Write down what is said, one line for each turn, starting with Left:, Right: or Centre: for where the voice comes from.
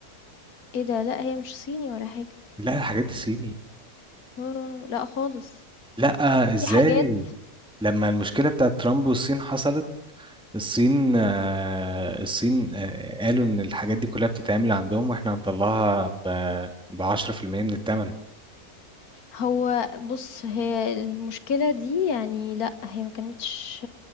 Left: إيه ده؟ لأ، هي مش صيني ولا حاجة
Centre: لا الحاجات دي صيني
Left: no no no لأ خالص.
Centre: لا
Left: في
Centre: ازاي
Left: حاجات
Centre: لما المشكله بتاعت ترامب والصين حصلت الصين
Left: إمم.
Centre: آه، الصين آه، قالوا إن الحاجات دي كلها بتتعمل عندهم وإحنا هنطلعها ب بعشرة في المية من التمن
Left: هو بُص، هي المشكلة دي يعني لأ، هي ما كانتش